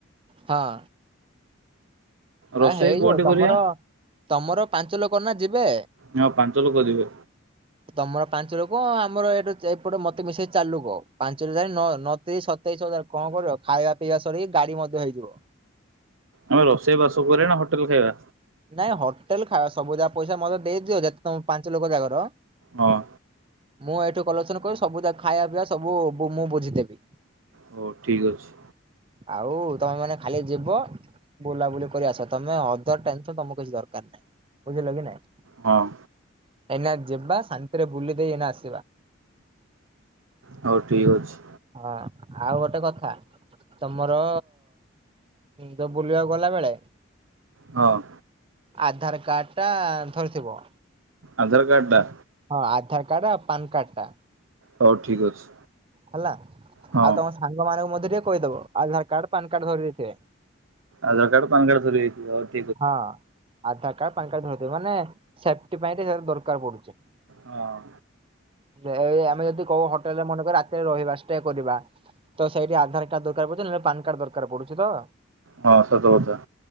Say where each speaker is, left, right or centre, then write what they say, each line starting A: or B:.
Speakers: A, on the right; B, on the right.
A: ହଁ।
B: ରୋଷେଇ
A: ଆ ହେଇଯିବ
B: କୋଉଠି
A: ତମର
B: କରିବା?
A: ତମର ପାଞ୍ଚ ଲୋକ ନା ଯିବେ?
B: ହଁ ପାଞ୍ଚ ଲୋକ ଯିବେ
A: ତମର ପାଞ୍ଚ ଲୋକ ଆମର ଏଇଠୁ ଏପଟେ ମତେ ମିଶେଇ ଚାର ଲୋକ ପାଞ୍ଚ ଚାରି ନଅ ନଅ ତିରି ଶ ସତେଇଶ ହଜାର କଣ କରିବ ଖାଇବା ପିଇବା ସରିକି ଗାଡି ମଧ୍ୟ ହେଇଯିବ।
B: ଆମେ ରୋଷେଇ ବାସ କରିବା ନା ହୋଟେଲ ଖାଇବା?
A: ନାଇଁ ହୋଟେଲ ଖାଇବା ସବୁ ଯାହା ପଇସା ମତେ ଦେଇଦିଅ ଯେତ ତମ ପାଞ୍ଚ ଲୋକ ଜାକର
B: ହଁ।
A: ମୁଁ ଏଇଠୁ କଲୋକସନ କରୁଚି ସବୁ ଖାଇବା ପିଇବା ସବୁ ମୁଁ ବୁଝି ଦେବି।
B: ହଉ ଠିକ୍ ଅଛି।
A: ଆଉ ତମେ ମାନେ ଖାଲି ଯିବ ବୁଲାବୁଲି କରି ଆସ ତମେ ଅଧର ଟେନ୍ ତମ କିଛି ଦରକାର ନାହିଁ ବୁଝିଲ କି ନାଇଁ।
B: ହଁ
A: ଏନା ଯିବା ଶାନ୍ତିରେ ବୁଲି ଦେଇ ଏନାସ
B: ହଉ ଠିକ ଅଛି।
A: ହଁ ଆଉ ଗୋଟେ କଥା ତମର ତ ବୁଲିବାକୁ ଗଲା ବେଳେ।
B: ହଁ
A: ଆଧାର କାର୍ଡ ଟା ଧରିଥିବ।
B: ଆଧାର କାର୍ଡଟା।
A: ହଁ ଆଧାର କାର୍ଡ ଆଉ ପାନ କାର୍ଡ ଟା।
B: ହଉ ଠିକ୍ ଅଛି।
A: ହେଲା
B: ହଁ।
A: ଆଉ ତମ ସାଙ୍ଗ ମାନଙ୍କୁ ମଧ୍ୟ ଟିକେ କହିଦବ ଆଧାର କାର୍ଡ ପାନ କାର୍ଡ ଧରି ଦେଇଥିବେ।
B: ଆଧାର୍ କାର୍ଡ ପାନ୍ କାର୍ଡ ଧରିଆଇଥିବେ ହ
A: ହଁ ଆଧାର କାର୍ଡ ପାନ କାର୍ଡ ଧର୍ ଥବେ ମାନେ ସେଫଟି ପାଇଁ ଟିକେ ଦରକାର ପଡୁଛି।
B: ହଁ
A: ଏଇ ଆମେ ଯଦି କହୁ ହୋଟେଲରେ ମନେକ ରାତିରେ ରହିବାସ କରିବା ତ ସେଇଠି ଆଧାର କାର୍ଡ ଦରକାର ପଡୁଛି ନହେଲେ ପାନ କାର୍ଡ ଦରକାର ପଡୁଛି ତ।
B: ହଁ ସତ କଥା।